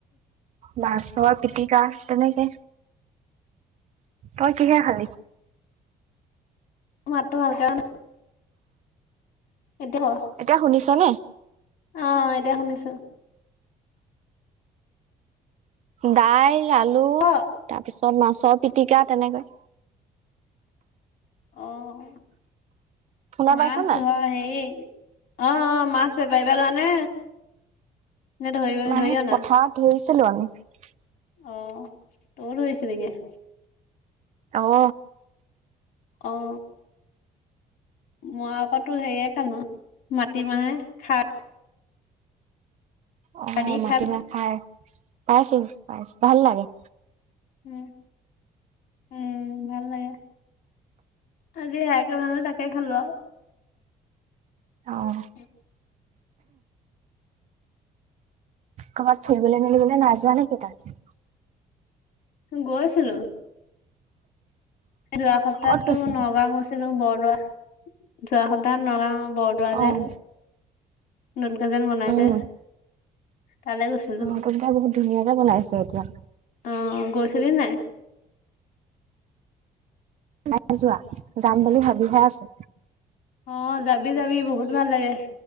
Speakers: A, on the right (about 50°); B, on the left (about 80°).
A: মাছৰ পিটিকা তেনেকে। তই কিহে খালি?
B: মাতটো ভালকে অহা নাই এতিয়া
A: এতিয়া শুনিছনে?
B: ক অ এতিয়া শুনিছো
A: দাইল আলু
B: ক
A: তাৰপিছত মাছৰ পিটিকা তেনেকৈ
B: অ',
A: শুনা
B: মাছ
A: পাইছ নাই?
B: ধৰ হেই অ অ মাছ বেপাৰি পা লোৱা নে ন ধৰিব
A: মাছ
B: ধৰি অনা?
A: পথাৰত <unintelligible>
B: অ', তোৰো ধৰি <unintelligible>
A: অ
B: অ'। মই আকৌ তো হেৰিয়ে খালো মাটিমাহে খাৰ
A: অ',
B: দি খাই
A: মাটিমাহ খাৰ পাইছোঁ, পাইছোঁ ভাল লাগে।
B: উম, উম, ভাল লাগে। আজি সেয়াকে বনালোঁ, তাকে খালোঁ আৰু।
A: অ'।
B: <unintelligible>
A: ক'ৰবাত ফুৰিবলে, মেলিবলে নাই যোৱা নেকি তই?
B: গৈছিলোঁ। যোৱা সপ্তাহতো
A: ক'ত গৈছিলি?
B: নগাঁও গৈছিলো বৰদোৱা যোৱা সপ্তাহত নগাঁও বৰদোৱালে।
A: অ'
B: নতুনকে যেন বনাইছে।
A: উম,
B: তালৈ গৈছিলো
A: নতুনকে বহুত ধুনীয়াকে বনাইছে এতিয়া।
B: অ গৈছিলি নাই?
A: নাই যোৱা যাম বুলি ভাবিহে আছো
B: অ', যাবি, যাবি বহুত ভাল লাগে।